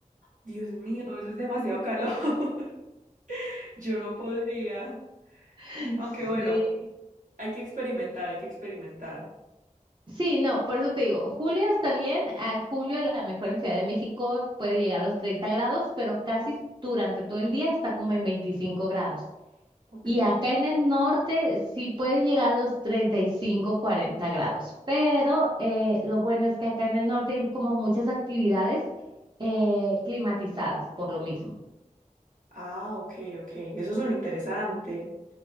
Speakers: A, on the right; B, on the right.
A: Dios mío, eso es demasiado calor. <laughs> Yo no podría.
B: Sí.
A: Aunque bueno, hay que experimentar, hay que experimentar.
B: Sí, no, por eso te digo, julio está bien, a julio a la mejor en Ciudad de México puede llegar a los 30 grados, pero casi durante todo el día está como en 25 grados.
A: Ok.
B: Y acá en el norte sí pueden llegar a los 35, 40 grados, pero eh, lo bueno es que acá en el norte hay como muchas actividades eh, climatizadas por lo mismo.
A: Ah, ok, ok. Eso suena interesante.